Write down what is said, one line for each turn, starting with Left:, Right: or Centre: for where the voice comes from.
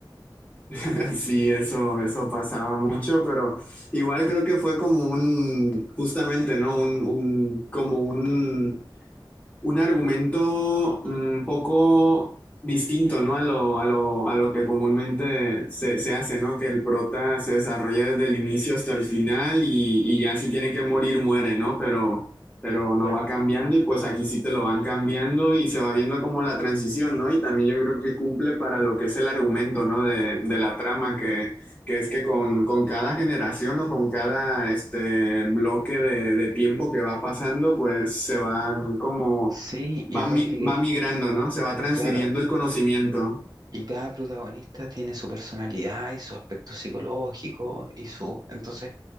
Left: <laughs> Sí, eso, eso pasaba mucho, pero igual creo que fue como un, justamente, ¿no? Un, un, como un un argumento un poco distinto, ¿no? A lo, a lo, a lo que comúnmente se, se hace, ¿no? Que el prota se desarrolla desde el inicio hasta el final y, y ya si tiene que morir, muere, ¿no? Pero, pero no
Right: Claro.
Left: va cambiando y pues aquí sí te lo van cambiando y se va viendo como la transición, ¿no? Y también yo creo que cumple para lo que es el argumento, ¿no? De, de la trama que... Que es que con, con cada generación o con cada este bloque de, de tiempo que va pasando, pues se van como,
Right: Sí,
Left: va,
Right: y aparte
Left: mi-
Right: que,
Left: va migrando, ¿no? Se va transfiriendo
Right: claro,
Left: el conocimiento.
Right: Y cada protagonista tiene su personalidad y su aspecto psicológico y su... Entonces